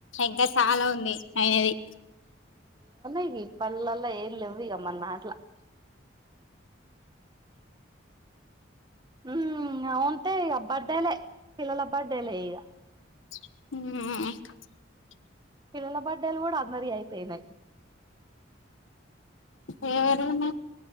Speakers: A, on the left (about 80°); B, on the right (about 20°).
A: ఇంకా చాలా ఉన్నాయి అయ్యేది
B: ఇగ ఇప్పట్లల్ల ఏం లేవ్ మందంట్లా హ్మ్ ఉంటే ఇగ బర్డేలే పిల్లల బర్డేలే ఈగ
A: హ్మ్
B: పిల్లల బర్డేలు కూడా అందరియీ అయిపోయినాయి
A: ఎవరియున్నాయి